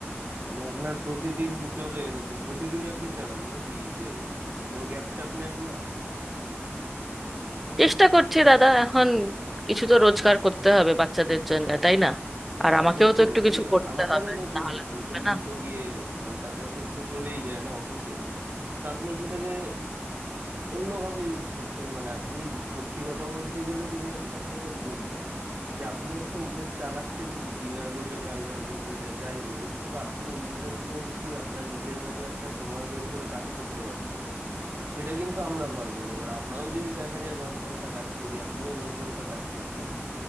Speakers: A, on the right; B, in the centre.
A: মানে আপনার প্রতিদিন চলে এরকম প্রতিদিনই আপনি চালান নাকি যে কোনো গ্যাপ ট্যাপ নেন না
B: চেষ্টা করছি দাদা এখন কিছু তো রোজগার করতে হবে বাচ্চাদের জন্য তাই না আর
A: না
B: আমাকেও
A: সে তো
B: তো একটু
A: বটেই
B: কিছু
A: আর
B: করতে
A: আমাদেরও
B: হবে
A: দেখুন
B: না হলে
A: প্রতিদিন
B: তো হবে না
A: তো গিয়ে ঘন্টা দশেক তো চলেই যায় না অফিসে তো আপনি সেটাকে অন্যভাবে ইউজ করছেন মানে আপনি সত্যি কথা বলতে গেলে যদি আমি আপনাকে বলি যে আপনি একটা উবের চালাচ্ছেন ঠিকই বা লোকে ড্রাইভার বলবে যে যাই বলুক কিন্তু আপনি ইন্ডিপেন্ডেন্টলি আপনার নিজের মতো একটা সময় বের করে কাজ করতে পারছেন সেটা কিন্তু আমরা পারবো না এবার আমরাও যদি দেখা যায় দশ ঘন্টা কাজ করি আপনিও দশ ঘন্টা কাজ করছেন